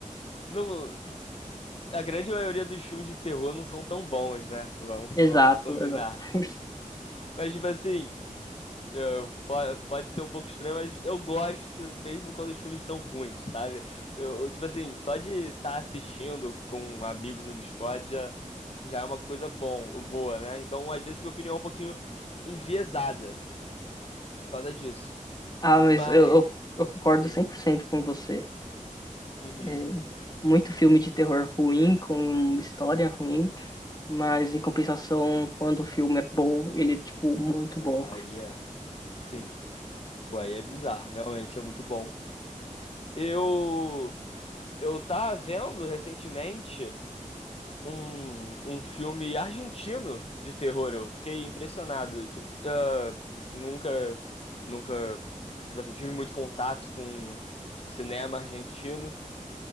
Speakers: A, on the left; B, on the left.
A: no, a grande maioria dos filmes de terror não são tão bons, né? Vamos,
B: Exato,
A: vamos combinar.
B: exato. <laughs>
A: Mas, tipo assim, É, po- pode ser um pouco estranho, mas eu gosto mesmo quando os filmes são ruins, sabe? Eu, eu, tipo assim, só de estar assistindo com amigos no Discord já, já é uma coisa bom, boa, né? Então, às vezes, minha opinião é um pouquinho enviesada por causa disso.
B: Ah, mas
A: Mas,
B: eu, eu, eu concordo
A: hum,
B: 100% com você.
A: uhum,
B: É, muito filme de terror ruim, com história ruim. Mas em compensação, quando o filme é bom, ele é tipo muito
A: pô,
B: bom,
A: aí é, sim, pô, aí é bizarro, realmente é muito bom. Eu, eu tava vendo recentemente. um, um filme argentino de terror. Eu fiquei impressionado. Tipo, ah, nunca, nunca, tipo assim, tive muito contato com cinema argentino.